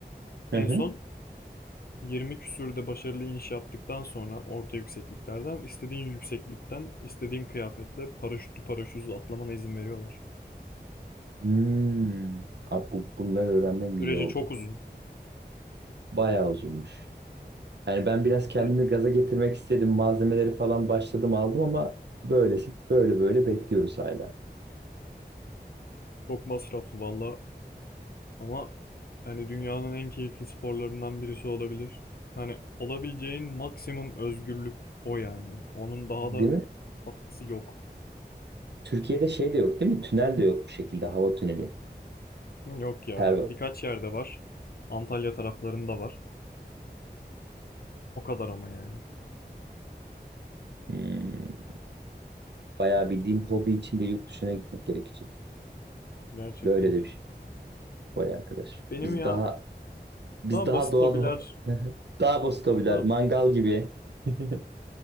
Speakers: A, on the right; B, on the left.
A: Hı
B: En
A: hı.
B: son 20 küsürde başarılı iniş yaptıktan sonra orta yüksekliklerden istediğin yükseklikten istediğin kıyafetle paraşütlü paraşütsüz atlamana izin veriyorlar.
A: Hmm. Abi bu, bunları öğrenmem iyi
B: Süreci
A: oldu.
B: çok uzun
A: Bayağı uzunmuş. Yani ben biraz kendimi
B: ve
A: gaza getirmek istedim. Malzemeleri falan başladım aldım ama böylesi böyle böyle bekliyoruz hala.
B: çok masraflı valla Ama hani dünyanın en keyifli sporlarından birisi olabilir. Hani olabileceğin maksimum özgürlük o yani. Onun daha
A: Değil
B: da
A: mi?
B: fazlası yok.
A: Türkiye'de şey de yok değil mi? Tünel de yok bu şekilde. Hava tüneli.
B: Yok ya.
A: Perva.
B: Birkaç yerde var. Antalya taraflarında var. O kadar ama yani.
A: Hmm, bayağı bildiğin hobi için de yurt dışına gitmek gerekecek.
B: Gerçekten.
A: Böyle de bir şey. Vay arkadaş.
B: Benim
A: Biz
B: ya
A: daha biz
B: daha
A: daha
B: basit
A: doğal
B: hobiler
A: <laughs> daha bostabiler.
B: daha
A: Mangal gibi. <laughs>